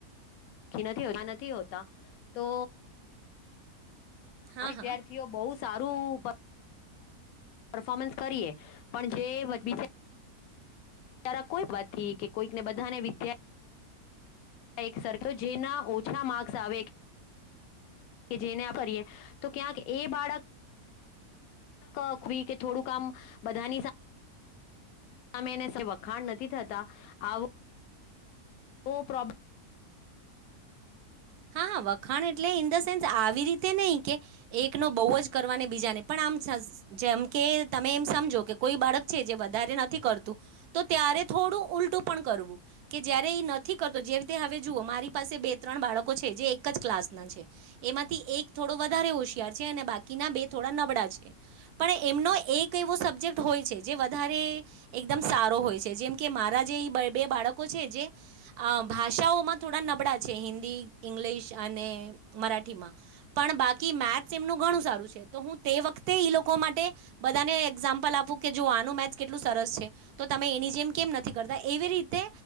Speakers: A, on the left; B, on the right.
A: નથી હોતા નથી હોતા તો
B: હા
A: વિદ્યાર્થીઓ
B: હા
A: બહુ સારું પરફોર્મન્સ કરીએ પણ જે બધી જે તારા કોઈ પતિ કે કોઈકને બધાને વિધાર્થી એક સરખો જેના ઓછા માર્ક્સ આવે કે જે ના ફરીએ તો ક્યાંક એ બાળક કખવી કે થોડું ક આમ બધાની સાથે સામે એના વખાણ નથી થતા આવો પ્રોબ્લેમ
B: હા હા વખાણ એટલે ઇન ધ સેન્સ આવી રીતે નહી કે એકનો બહુ જ કરવા બીજાને પણ આમ જેમ કે તમે એમ સમજો કે કોઈ બાળક છે જે વધારે નથી કરતું તો ત્યારે થોડું ઉલટું પણ કરવું કે જયારે ઈ નથી કરતો જે રીતે હવે જુઓ મારી પાસે બે ત્રણ બાળકો છે જે એક ક્લાસ ના છે એમાંથી એક થોડો વધારે હોશિયાર છે અને બાકીના બે થોડા નબળા છે એમ નો એક એવો સબજેક્ટ હોય છે જે વધારે એકદમ સારો હોય છે. કેમકે મારા જે એ બે બાળકો છે જે ભાષાઓમાં થોડા નબળા છે હિન્દી ઇંગ્લિશ અને મરાઠીમાં પણ બાકી મેથ્સ એમનું ઘણું સારું છે તો હું તે વખતે ઈ લોકો માટે બધાને એક્ઝામ્પલ આપું કે જો આનું મેથ્સ કેટલું સરસ છે તો તમે એની જેમ કે નથી કરતા એવી રીતે